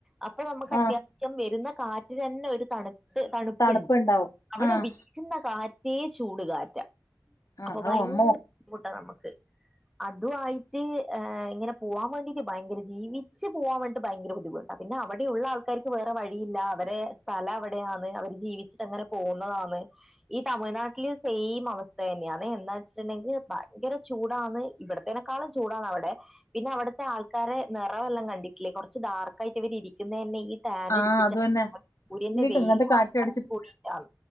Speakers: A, in the centre; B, on the left.
A: അപ്പൊ നമ്മക്ക് അത്യാവശ്യം
B: ആഹ്
A: വരുന്ന കാറ്റിൽ തന്നെ ഒരു തണു തണുപ്പുണ്ട്
B: തണുപ്പുണ്ടാവും.
A: അവിടെ
B: ആഹ്
A: വിക്കുന്ന കാറ്റ് റ്റേ ചൂടുകാറ്റ
B: ആഹ്
A: അപ്പൊ ഭയങ്കര
B: ഔ അമ്മോ!
A: ബുദ്ധിമുട്ടാണ് നമുക്ക് അതു വായിട്ട് ഇങ്ങനെ പോവാൻ വേണ്ടിട്ട് ഭയങ്കര ജീവിച്ച് പോവാൻ വേണ്ടി ഭയങ്കര ബുദ്ധിമുട്ടാപിന്നെ അവിടെയുള്ള ആൾക്കാർക്ക് വേറെ വഴിയില്ല അവരെ സ്ഥല അവിടെയാണ് അവര് ജീവിച്ചിട്ട്നെ ങ്ങനെ പോവുന്നതാണ്ഈ തമിഴ്നാട്ടിലെ സെയിം അവസ്ഥതന്നെയാണ് എന്നാ വെച്ചു ണ്ടെങ്കില് പയങ്കര ചൂടാന്ന് ഇവിടത്തേനക്കാളും ചൂടാന്ന് അവിടെ പിന്നെ അവിടുത്തെ ആൾക്കാരെ നിറവെല്ലാം കണ്ടി <unintelligible> കുറച്ച് ഡാർ ക്ക്ആയിട്ട് ഇരിക്കുന്ന തന്നെ ഈ ടാൻ
B: ആ
A: അടിച്ചിട്ട്
B: അത് തന്നെ
A: സൂര്യന്റെ
B: ഇവർക്ക്
A: വെയില
B: ഇങ്ങനത്തെ കാറ്റടിച്ചിട്ട്
A: ആ <unintelligible> കൂടിട്ടാണ്